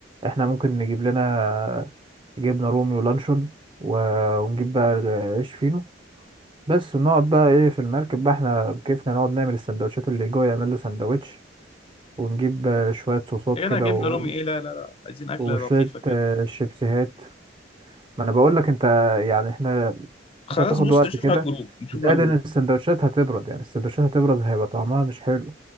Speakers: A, on the right; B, on the left.
A: احنا ممكن نجيب لنا جبنه رومي ولانشون و- ونجيب بقى عيش فينو بس ونقعد بقى ايه في المركب بقى احنا بكيفنا نقعد نعمل السندوتشات اللي جوه يعمل له سندوتش ونجيب آه، شوية صوصات
B: يا
A: كده
B: جدع جبنه
A: و...
B: رومي ايه لا لا لا عايزين اكله
A: وشوية
B: لطيفه كده
A: آه، شيبسيهات ما انا بقول لك انت يعني احنا
B: خلاص
A: انت هتاخد
B: بص
A: وقت
B: نشوف
A: كده
B: على الجروب نشوف
A: زائد
B: على الجروب
A: ان السندوتشات هتبرد يعني السندوتشات هتبرد هيبقى طعمها مش حلو